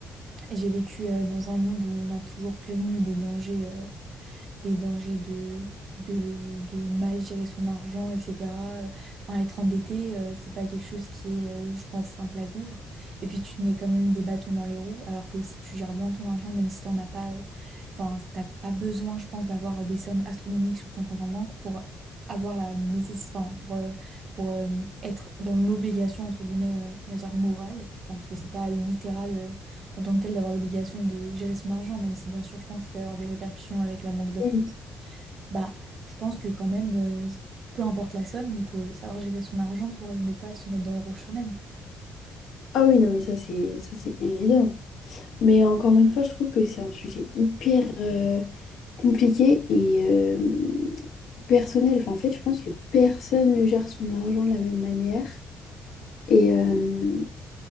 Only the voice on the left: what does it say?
Oui.
Ah oui, non, mais ça, c'est ça, c'est évident. Mais encore une fois, je trouve que c'est un sujet hyper euh, compliqué et euh, personnel. Enfin, en fait, je pense que personne ne gère son argent de la même manière. Et, euh,